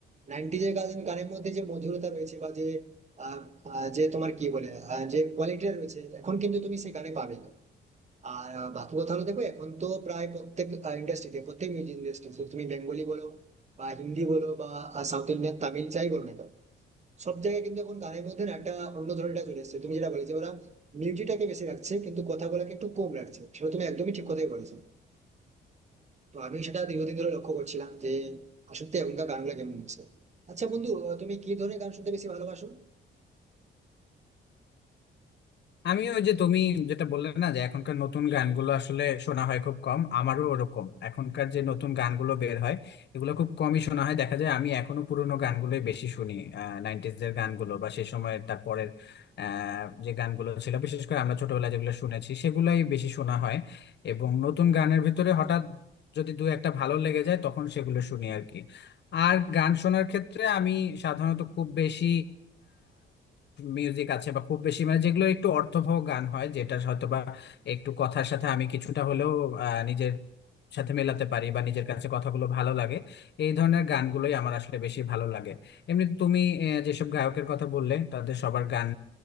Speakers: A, on the right (about 35°); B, on the left (about 60°).
A: নাইনটিজ এর গান গানের মধ্যে যে মধুরতা রয়েছে বা যে আহ, আহ, যে তোমার কি বলে আহ, যে কোয়ালিটিটা রয়েছে এখন কিন্তু তুমি সেই গানে পাবে না আর আহ, বাকি কথা হলো দেখো এখন তো প্রায় প্রত্যেক ইন্ডাস্ট্রিতে প্রত্যেক মিউজিক ইন্ডাস্ট্রি তুমি বেঙ্গলি বলো বা হিন্দি বলো বা সাউথ ইন্ডিয়ান তামিল যাই বলো না কেন, সব জায়গায় কিন্তু এখন গানের মধ্যে না একটা অন্য ধরনটা চলে এসেছে তুমি যেটা বলে যে ওরা মিউজিকটাকে বেশি রাখছে কিন্তু কথাগুলোকে একটু কম রাখছে সেটা তুমি একদমই ঠিক কথাই বলেছো তো আমি সেটা দীর্ঘদিন ধরে লক্ষ্য করছিলাম যে আসলে এখনকার গানগুলো কেমন হচ্ছে আচ্ছা বন্ধু আহ, তুমি কি ধরনের গান শুনতে বেশি ভালোবাসো
B: আমি ওই যে তুমি যেটা বললে না যে এখনকার নতুন গানগুলো আসলে শোনা হয় খুব কম আমারও ওরকম এখনকার যে নতুন গানগুলো বের হয় এগুলো খুব কমই শোনা হয় দেখা যায় আমি এখনো পুরোনো গানগুলোই বেশি শুনি নাইনটিজ এর গানগুলো বা সেই সময়ের তারপরের আহ, যে গানগুলো ছিল বিশেষ করে আমরা ছোটবেলায় যেগুলো শুনেছি সেগুলাই বেশি শোনা হয় এবং নতুন গানের ভিতরে হঠাৎ যদি দু একটা ভালো লেগে যায় তখন সেগুলো শুনি আর কি আর গান শোনার ক্ষেত্রে আমি সাধারণত খুব বেশি মিউজিক আছে বা খুব বেশি মানে যেগুলো একটু অর্থবহ গান হয় যেটা হয়তো বা একটু কথার সাথে আমি কিছুটা হলেও আহ, নিজের সাথে মেলাতে পারি বা নিজের কাছে কথাগুলো ভালো লাগে এই ধরনের গানগুলোই আমার আসলে বেশি ভালো লাগে এমনি তুমি আহ, যেসব গায়কের কথা বললে তাদের সবার গান